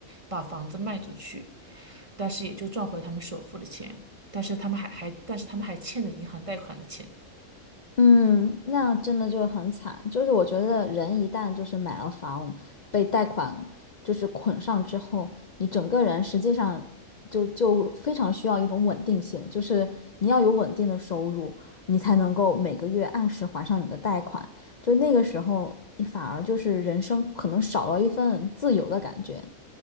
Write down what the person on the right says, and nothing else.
把房子卖出去，但是也就赚回他们首付的钱，但是他们还还但是他们还欠着银行贷款的钱，